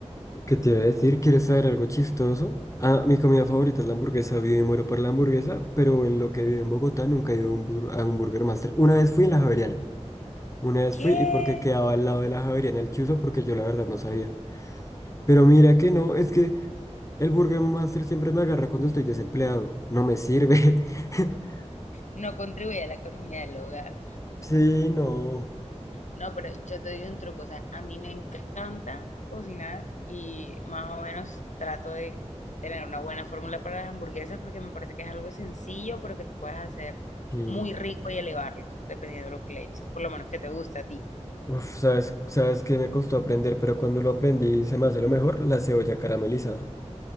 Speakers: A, on the left; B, on the left.
A: ¿Qué te iba a decir? ¿Quieres saber algo chistoso? Ah, mi comida
B: Dile,
A: favorita es la hamburguesa. Vivo y muero por la hamburguesa, pero en lo que vivo en Bogotá nunca he ido a un, bur- a un Burger Master. Una vez fui en la Javeriana. Una vez
B: ¿Qué?
A: fui y porque quedaba al lado de la Javeriana el chuzo porque yo la verdad no sabía. Pero mira que no, es que el Burger Master siempre me agarra cuando estoy desempleado. No me sirve. <laughs>
B: No contribuye a la economía del hogar.
A: Sí, no.
B: No, pero yo te doy un truco. O sea, a mí me encanta cocinar y más o menos trato de tener una buena fórmula para las hamburguesas porque me parece que es algo sencillo, pero que tú puedes hacer
A: Sí.
B: muy rico y elevarlo, dependiendo de lo que le eches. Por lo menos que te gusta a ti.
A: Uf, sabes, sabes que me costó aprender, pero cuando lo aprendí se me hace lo mejor, la cebolla caramelizada.